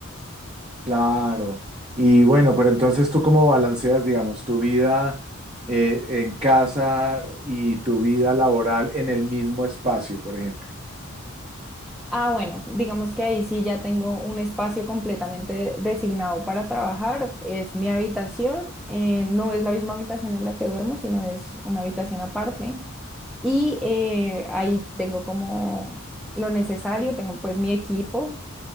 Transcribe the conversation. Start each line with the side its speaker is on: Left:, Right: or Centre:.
Right: Claro. Y bueno, pero entonces tú cómo balanceas, digamos, tu vida eh, en casa y tu vida laboral en el mismo espacio, por ejemplo.
Centre: Ah, bueno, digamos que ahí sí ya tengo un espacio completamente designado para trabajar. Es mi habitación, eh, no es la misma habitación en la que duermo, sino es una habitación aparte. Y eh, ahí tengo como lo necesario, tengo pues mi equipo